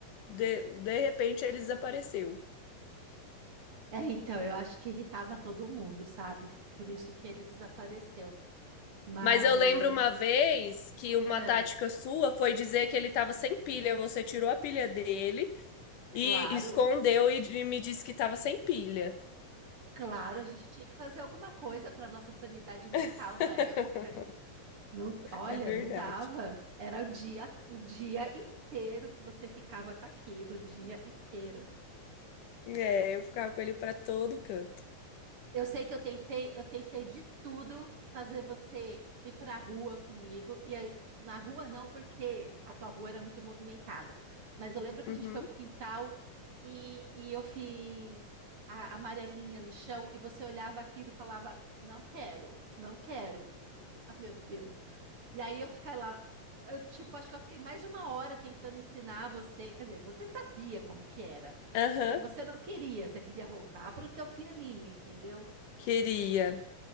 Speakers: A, on the left (about 70°); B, on the right (about 45°).
A: de, de repente ele desapareceu.
B: É, então, eu acho que irritava todo mundo, sabe? Por isso que ele desapareceu. Mas,
A: Mas eu lembro uma vez que uma
B: é,
A: tática sua foi dizer que ele estava sem pilha. Você tirou a pilha dele
B: claro,
A: e escondeu e de- me disse que estava sem pilha.
B: claro, a gente tinha que fazer alguma coisa para nossa sanidade mental
A: <laughs>
B: na época, né? Não, olha,
A: É verdade.
B: não dava. Era o dia, o dia inteiro que você ficava com aquilo, o dia inteiro.
A: É, eu ficava com ele para todo canto.
B: Eu sei que eu tentei, eu tentei de tudo fazer você ir pra rua comigo. E a- na rua não, porque a tua rua era muito movimentada. Mas eu lembro que
A: Uhum.
B: a gente foi pro quintal e, e eu fiz a amarelinha no chão e você olhava aquilo e falava, não quero, não quero. Ah, meu Deus. E aí eu fiquei lá, eu, tipo, acho que eu fiquei mais de uma hora tentando ensinar você. Quer dizer, você sabia como que era.
A: Aham.
B: É que você não queria, você queria voltar pro teu pianinho, entendeu?
A: Queria.